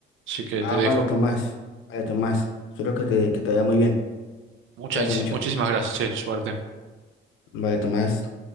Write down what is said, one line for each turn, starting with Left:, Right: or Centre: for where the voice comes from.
Right: Así que
Left: Ah,
Right: te dejo.
Left: vale, Tomás. Vale, Tomás. Espero que te, que te vaya muy bien.
Right: Muchas,
Left: Cuídate mucho.
Right: muchísimas gracias, che, suerte.
Left: Vale, Tomás.